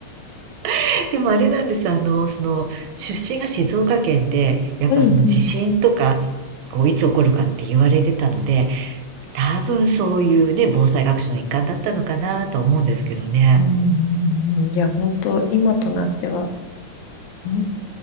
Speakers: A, on the right; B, on the left.
A: <laughs> でもあれなんです。あの、その、出身が静岡県で、やっぱその地震とか、
B: うんうん。
A: こう、いつ起こるかって言われてたので、多分そういうね、防災学習の一環だったのかなとは思うんですけどね。
B: うんうんうんいや、本当、今となっては、ほん